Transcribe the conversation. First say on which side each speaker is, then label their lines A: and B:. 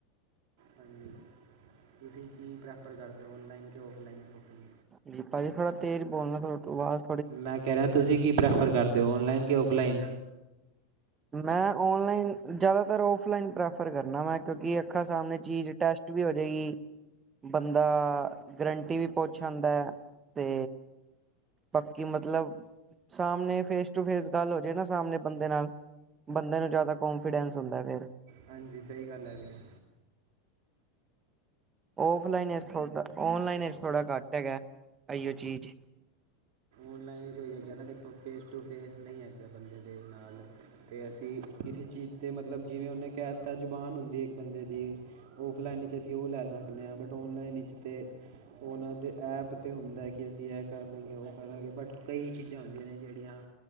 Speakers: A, on the right; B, on the right.
A: ਹਾਂਜੀ, ਤੁਸੀਂ ਕੀ ਪ੍ਰੈਫਰ ਕਰਦੇ। ਔਨਲਾਈਨ ਕਿ, ਔਫਲਾਈਨ ਸ਼ੋਪਿੰਗ
B: ਜੀ, ਭਾਜੀ ਥੋੜਾ ਤੇਜ਼ ਬੋਲਣਾ, ਤਵਾਡੀ ਵਾਜ਼
A: ਮੈਂ ਕਹਿ ਰਿਆ, ਤੁਸੀਂ ਕੀ ਪ੍ਰੈਫਰ ਕਰਦੇ। ਔਨਲਾਈਨ, ਕਿ ਔਫਲਾਈਨ
B: ਮੈਂ ਔਨਲਾਈਨ, ਜ਼ਿਆਦਾਤਰ ਔਫਲਾਈਨ ਪ੍ਰੈਫਰ ਕਰਨਾ ਮੈਂ ਕਿਉਂਕਿ, ਅੱਖਾਂ ਸਾਹਮਣੇ ਚੀਜ਼ ਟੈਸਟ ਵੀ ਹੋਜੇਗੀ। ਬੰਦਾ, ਗਰੰਟੀ ਵੀ ਪੁੱਛ ਆਂਦਾ ਤੇ ਪੱਕੀ ਮਤਲਬ, ਸਾਹਮਣੇ ਫੇਸ-ਟੂ-ਫੇਸ ਗੱਲ ਹੋਜੇ ਨਾ। ਸਾਹਮਣੇ ਬੰਦੇ ਨਾਲ ਬੰਦੇ ਨੂੰ ਜ਼ਾਦਾ ਕੋਂਨਫੀਡੈਂਸ ਹੁੰਦਾ ਫਿਰ।
A: ਹਾਂਜੀ, ਸਹੀ ਗੱਲ ਐ ਵੀਰੇ।
B: ਔਫਲਾਈਨ ਐਸ ਥੋੜ੍ਹਾ, ਔਨਲਾਈਨ ਐਸ ਥੋੜ੍ਹਾ ਘੱਟ ਹੈਗਾ। ਐਈਓ ਚੀਜ਼
A: ਔਨਲਾਈਨ 'ਚ ਉਹੀ ਹੈਗਾ ਨਾ। ਦੇਖੋ, ਫੇਸ-ਟੂ-ਫੇਸ ਨਹੀਂ ਹੈਗਾ, ਬੰਦੇ ਦੇ ਨਾਲ ਤੇ ਅਸੀਂ ਕਿਸੇ ਚੀਜ਼ ਤੇ ਮਤਲਬ, ਜਿਵੇਂ ਉਹਨੇ ਕਹਿ ਤਾ ਜ਼ੁਬਾਨ ਹੁੰਦੀ ਇੱਕ ਬੰਦੇ ਦੀ ਔਫਲਾਈਨ ਵਿੱਚ ਅਸੀਂ ਉਹ ਲੈ ਸਕਦੇ ਆ। ਬਟ, ਔਨਲਾਈਨ ਵਿੱਚ ਤੇ ਉਹਨਾਂ ਦੇ ਐਪ ਤੇ ਹੁੰਦਾ, ਕਿ ਅਸੀਂ ਇਹ ਕਰ ਦੇਗੇ, ਉਹ ਕਰਨਗੇ। ਬਟ, ਕਈ ਚੀਜ਼ਾਂ ਹੁੰਦੀਆਂ ਨੇ ਜਿਹੜੀਆਂ